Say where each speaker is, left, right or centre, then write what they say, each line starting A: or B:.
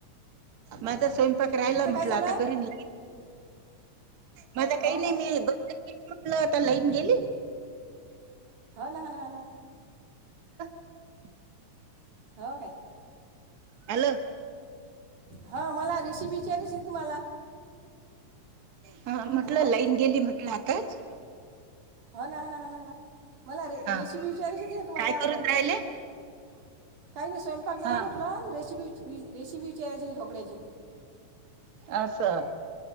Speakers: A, on the right; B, on the right.
A: हा
B: माझा
A: हा!
B: स्वयंपाक
A: तु
B: राहिला
A: तुमचं
B: म्हटलं
A: काय चालू
B: आता
A: आहे.
B: करीन
A: हो
B: माझा काही
A: हो
B: नाही
A: काय
B: <unintelligible> मिघलंता लई. गेली
A: हो ना हो ना हो ना हो ना.
B: <unintelligible>
A: हो का!
B: हॅलो!
A: हा मला रेसिपी विचारशल तुम्हाला,
B: हा म्हटलं
A: हॅलो
B: लाईन गेली म्हटलं आताच.
A: हा ना हा ना हा ना ह ना मला रे
B: हा
A: रेसिपी विचारायची त ना तुम्हाला
B: काय करून
A: ढोकळ्याची.
B: राहिले
A: काही नाही स्वयंपाक झाला
B: हा
A: म्हटलं रेसिपी. रेसिपी विचारायची ढोकळ्याची.
B: असं.